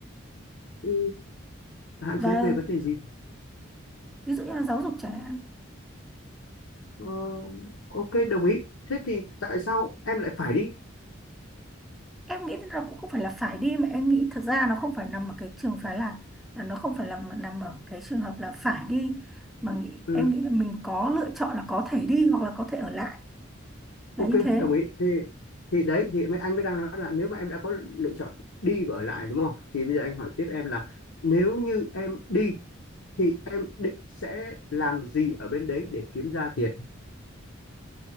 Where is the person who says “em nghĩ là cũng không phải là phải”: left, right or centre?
Centre